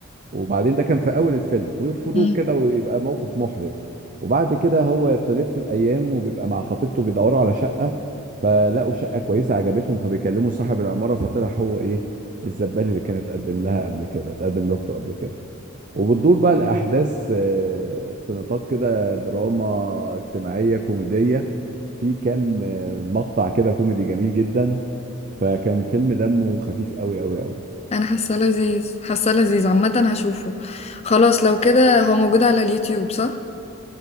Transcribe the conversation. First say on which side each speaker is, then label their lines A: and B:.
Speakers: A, on the right (about 40°); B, on the left (about 30°).
A: وبعدين ده كان في أول الفيلم ويرفضوه
B: امم
A: كده ويبقى موقف محرج وبعد كده هو تلف الأيام وبيبقى مع خطيبته بيدوروا على شقة فلقوا شقة كويسة عجبتهم فبيكلموا صاحب العمارة فطلع هو إيه الزبال اللي كانت تقدم لها قبل كده تقدم لأخته قبل كده وبتدور بقى الأحداث آه، في نطاق كده دراما اجتماعية كوميدية في كام آه، مقطع كده كوميدي جميل جدا فكان فيلم دمه خفيف قوي قوي قوي
B: انا حاسه لذيذ حاسه لذيذ عامه هشوفه خلاص لو كده هو موجود على اليوتيوب صح